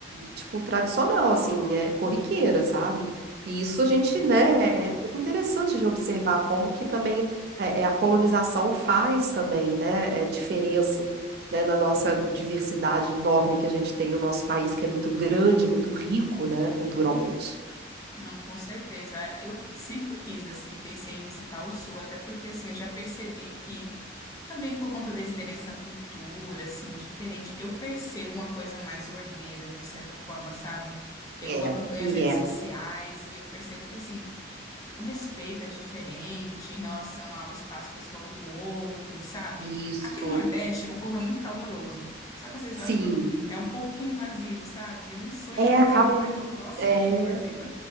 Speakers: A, on the right; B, on the left.
A: tipo, tradicional, assim, é corriqueira, sabe? E isso
B: sim.
A: a gente, né, é muito interessante de observar como que também é, é, a colonização faz também, né, é, diferença, né, na nossa diversidade enorme que a gente tem no nosso país, que é muito grande, muito rico, né, culturalmente.
B: Não, com certeza. Eu sempre quis, assim, pensei em visitar o Sul, até porque, assim, eu já percebi que, também por conta deles terem essa cultura, assim, diferente, eu percebo uma coisa mais ordeira, de certa forma, sabe? Eu
A: É,
B: acompanho as
A: e
B: redes
A: é.
B: sociais e eu percebo que, assim, O respeito é diferente em relação ao espaço pessoal do outro, sabe?
A: Isso,
B: Aqui no Nordeste, o povo é muito caloroso. Só que às vezes
A: sim.
B: eu acho que é um pouquinho invasivo, sabe? Eu não sou invasiva,
A: É, acaba,
B: então eu não gosto
A: é,
B: de gente invasiva.